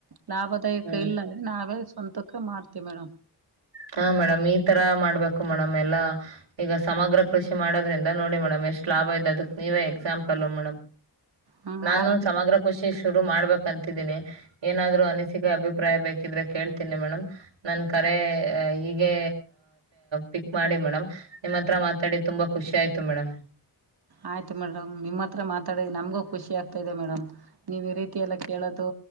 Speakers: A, on the right; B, on the right.
A: ಲಾಭದಾಯಕ
B: ಹ್ಮ್
A: ಇಲ್ಲ ನಾವ ಸ್ವಂತಕ ಮಾಡ್ತಿೀವಿ ಮೇಡಮ್
B: ಹಾ ಮೇಡಮ್ ಈತರ ಮಾಡ್ಬೇಕು ಮೇಡಮ್ ಎಲ್ಲಾ ಈಗ ಸಮಗ್ರ ಕೃಷಿ ಮಾಡೋದ್ರಿಂದ ನೋಡಿ ಮೇಡಮ್ ಎಷ್ಟು ಲಾಭ ಇದೆ ಅದಕ್ ನೀವೇ ಎಕ್ಸಾಂಪಲ್ಲ ಮೇಡಮ್
A: ಹ್ಮ್
B: ನಾನು
A: ಆ ರೀತಿ
B: ಸಮಗ್ರ ಕಖುಷಿ ಶುರು ಮಾಡಬೇಕಂತನಿ ಏನಾದ್ೂ ಅನಿಸಿಕೆ ಅಭಿಪ್ರಾಯ ಬೇಕಿದ್ರೆ ಕೇಳ್ತೀನಿ ಮೇಡಮ್ ನ ಕರೆ ಹೀಗೆ ಪಿಕ್ ಮಾಡಿ ಮೇಡಮ್ ನಿಮ್ಮ ಹತ್ರ ಮಾತಾಡಿ ತುಂಬಾ ಖುಷಿ ಆಯ್ತು ಮೇಡಮ್
A: ಆಯ್ತು ಮೇಡಮ್ ನಿಮ್ಮ ಹತ್ರ ಮಾತಾಡ ನಮ್ಗೂ ಖುಷಿ ಆಗ್ತಾ ಇದೆ ಮೇಡಮ್ ನೀವ್ ಈ ರೀತಿ ಎಲ್ಲ ಕೇಳೋದು